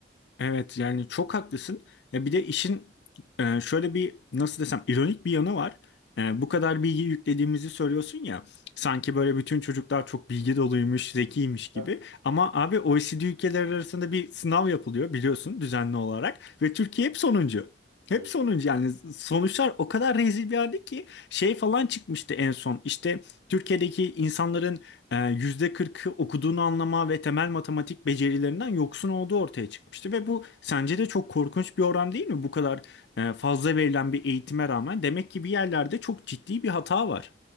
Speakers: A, on the left (about 65°); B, on the right (about 60°).
A: Evet yani çok haklısın. Ya bir de işin e, şöyle bir nasıl desem ironik bir yanı var. E, bu kadar bilgi yüklediğimizi söylüyorsun ya. Sanki
B: Hı hı.
A: böyle bütün çocuklar çok bilgi doluymuş, zekiymiş gibi.
B: Heh.
A: Ama abi OECD ülkeleri arasında bir sınav yapılıyor biliyorsun düzenli olarak ve Türkiye hep sonuncu.
B: Evet.
A: Hep sonuncu yani sonuçlar o kadar rezil bir halde ki şey falan çıkmıştı en son. İşte Türkiye'deki insanların e, %40'ı okuduğunu anlama ve temel matematik becerilerinden yoksun olduğu ortaya çıkmıştı. Ve bu sence de çok korkunç bir oran değil mi? Bu kadar e, fazla verilen bir eğitime rağmen demek ki bir yerlerde çok ciddi bir hata var.